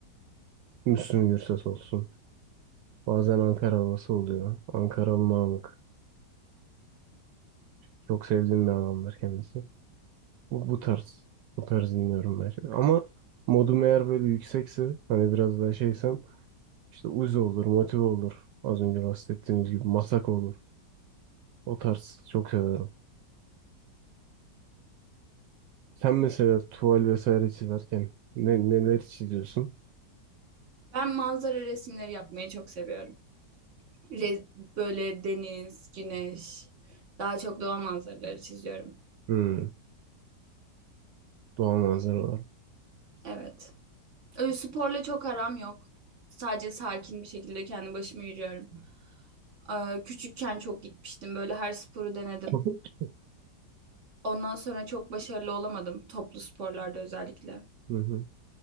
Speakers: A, on the right (about 80°); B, on the right (about 45°).
A: Müslüm Gürses olsun. Bazen Ankara havası oluyor. Ankaralı Namık. Çok sevdiğim bir adamdır kendisi. Bu, bu tarz. Bu tarz dinliyorum ben. şimdi. Ama modum eğer böyle yüksekse hani biraz daha şeysem işte Uzi olur, Motive olur. Az önce bahsettiğimiz gibi Masako olur. O tarz çok severim. Sen mesela tuval vesaire çizerken ne, neler çiziyorsun?
B: Ben manzara resimleri yapmayı çok seviyorum. Re- böyle deniz, güneş, daha çok doğa manzaraları çiziyorum.
A: Hmm, doğa manzara olarak.
B: Evet. Öyle sporla çok aram yok. Sadece sakin bir şekilde kendi başıma yürüyorum. Ee, küçükken çok gitmiştim. Böyle her sporu denedim.
A: <laughs>
B: Ondan sonra çok başarılı olamadım. Toplu sporlarda özellikle.
A: Hı hı.